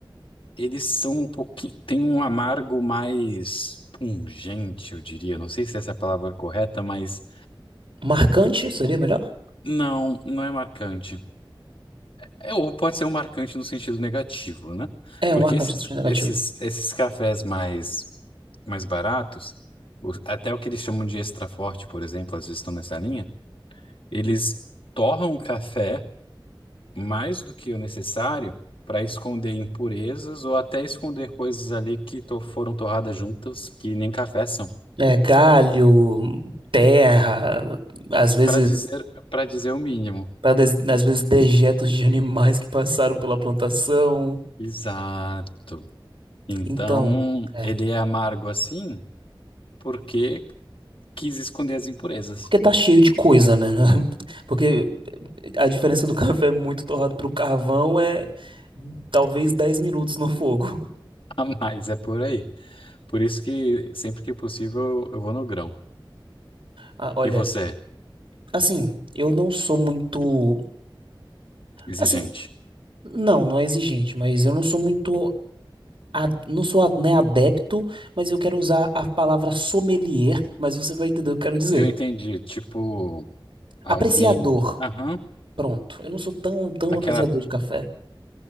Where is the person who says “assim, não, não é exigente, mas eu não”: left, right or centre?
Right